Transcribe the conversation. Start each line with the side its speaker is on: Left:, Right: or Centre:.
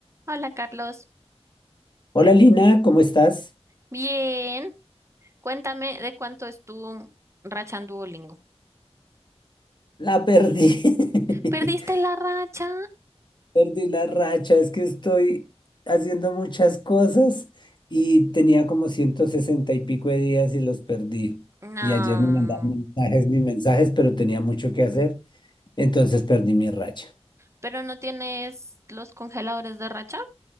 Right: Hola Carlos,
Left: Hola Lina, ¿cómo estás?
Right: bien. Cuéntame de cuánto es tu racha en Duolingo.
Left: La perdí. <laughs>
Right: ¿Perdiste la racha?
Left: Perdí la racha, es que estoy haciendo muchas cosas y tenía como 160 y pico de días y los perdí.
Right: No.
Left: Y ayer me mandaban mensajes, mis mensajes, pero tenía mucho que hacer, entonces perdí mi racha.
Right: ¿Pero no tienes los congeladores de racha?